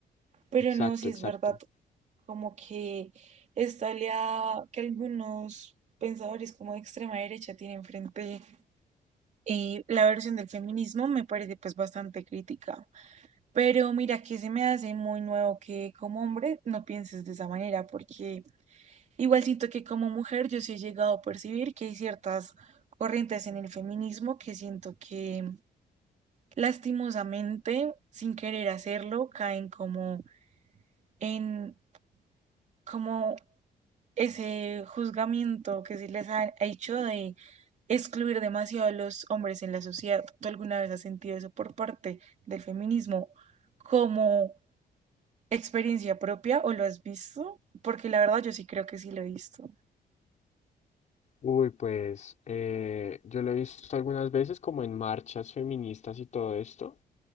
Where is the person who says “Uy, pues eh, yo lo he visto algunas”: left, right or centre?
Left